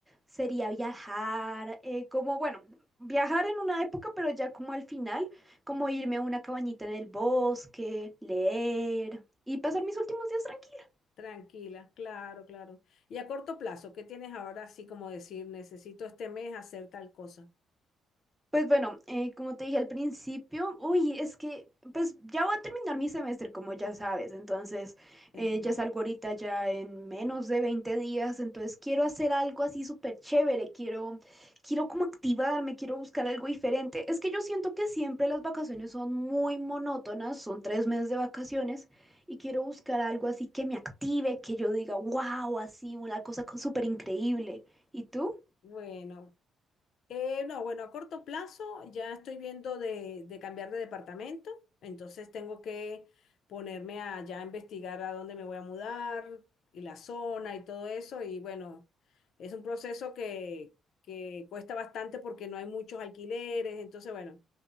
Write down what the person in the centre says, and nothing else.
sería viajar, eh, como, bueno, viajar en una época, pero ya como al final, como irme a una cabañita en el bosque, leer y pasar mis últimos días tranquila.
Pues bueno, eh, como te dije al principio, uy, es que pues ya voy a terminar mi semestre, como ya sabes, entonces
eh, ya salgo ahorita ya en menos de 20 días, entonces quiero hacer algo así súper chévere, quiero, quiero como activarme, quiero buscar algo diferente. Es que yo siento que siempre las vacaciones son muy monótonas, son tres meses de vacaciones y quiero buscar algo así que me active, que yo diga, wow, así, una cosa co- súper increíble. ¿Y tú?